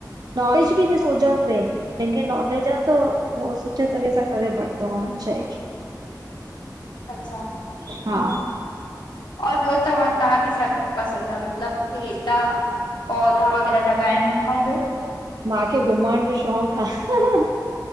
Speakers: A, on the right (about 65°); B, on the left (about 80°).
A: नॉलेज बि ॾिसो हुजण खपे। जंहिंखे नॉलेज आ त उहो सुठे तरह सां करे वठंदो आ शइ खे।
B: अच्छा।
A: हा।
B: और ॿियो तव तव्हांखे छा पसंदि आ मतिलब हे ता पौधा वग़ैरा लॻाइन हिन खउं जो
A: मांखे घुमण जो शौक़ु आ, हं‌ हं हं